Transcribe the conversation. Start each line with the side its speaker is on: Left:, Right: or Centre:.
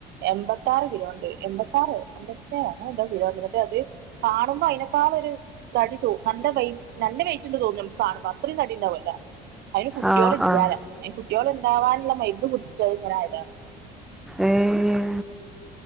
Right: എൺമ്പത്താറ് കിലോണ്ട് എൺമ്പത്ത ആറ് എപത്തോണ് എ കിലോണ്ട് മറ്റേ അത് കാണുമ്പോ അതിനേക്കാള ഒരു തടി ത നല്ല വ നല്ല വെറ്റിണ്ട് തോന്നുന്നു നമുക്ക് കാണുമ്പ അത്രയും തടി ഉണ്ടാവൻ അതിന് കുട്ടികോള
Centre: ആഹ് ആഹ്
Right: ഇാല അ കുട്ടികോള ഉണ്ടാവാനുള്ള മരുന്ന് കുടിച്ചിട്ടത് ഇങ്ങനെയതാണ്
Centre: ഏഹ്